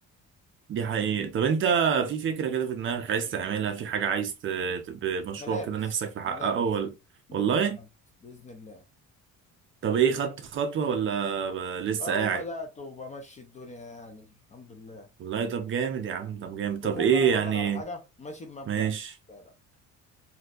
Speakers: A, on the right; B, on the left.
A: دي حقيقة طب انت في فكرة كده في دماغك عايز تعملها في حاجة عايز ت... ت- مشروع
B: ملابس
A: كده نفسك تحققه
B: ملابس
A: ولا
B: لوكال
A: والله
B: براند باذن الله
A: طب ايه خدت خطوة ولا ب- لسه
B: اهو
A: قاعد
B: بدات وبمشي الدنيا يعني الحمد لله
A: والله طب جامد يا عم طب جامد
B: وخد
A: طب ايه
B: بالك اقول
A: يعني
B: لك على حاجه ماشي بمبدأ
A: ماشي
B: لا لا